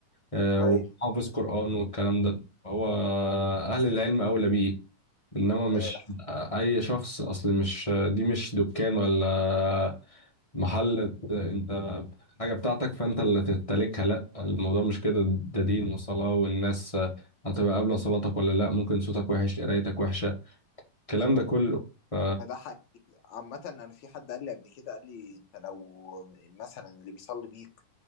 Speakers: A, on the left; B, on the left.
A: آه،
B: ايوه
A: وحافظ قرآن والكلام ده هو اهل العلم اولى بيه انما مش
B: ايوه
A: اي شخص اصل مش دي مش دكان ولا محل انت حاجة بتاعتك فانت اللي تمتلكها لا الموضوع مش كده ده دين وصلاة والناس هتبقى قابلة صلاتك ولا لا ممكن صوتك وحش قرايتك وحشة الكلام ده كله ف
B: ده ده حقيقي عامة أنا في حد قال لي قبل كده قال لي أنت لو مثلا اللي بيصلي بيك